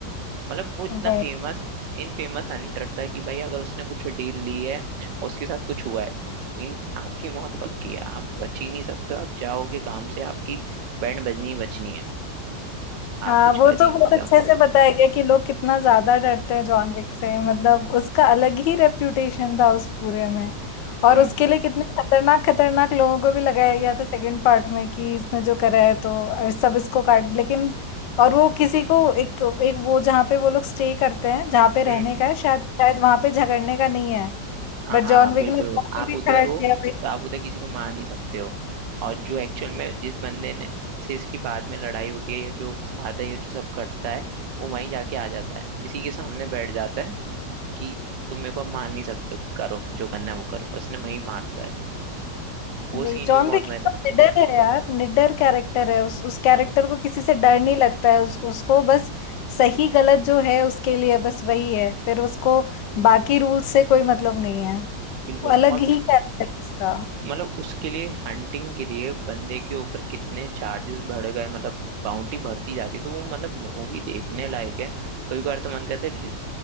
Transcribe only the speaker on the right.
मतलब वो इतना
फेमस इन फेमस हंटर था कि भाई अगर उसने कुछ डील ली है और उसके साथ कुछ हुआ है मीन्स आपकी मौत पक्की है आप बच ही नहीं सकते हो, आप जाओगे काम से आपकी बैंड बजनी ही बचनी है आप
कुछ
कर ही नहीं
सकते
हो
हम्म
हम्म
हाँ
हाँ
बिल्कुल
आप
उधर
हो
तो आप उधर किसी को मार नहीं सकते हो और जो एक्चुअल में जिस बंदे ने से इसकी बाद में लड़ाई होती है या जो साथ है या जो सब करता है वो वहीं जाके आ जाता है किसी के सामने बैठ जाता है कि तुम मेरे को अब मान नहीं सकते करो जो करना है वो करो उसने वही मारता है वो
सीन
भी बहुत
मजेदार है
बिल्कुल
और
मतलब उसके लिए हंटिंग के लिए बंदे के ऊपर कितने चार्जेस बढ़ गए मतलब बाउंटी बढ़ती जा रही है तो वो मतलब मूवी देखने लायक है कभी कभार तो मन करता है ल-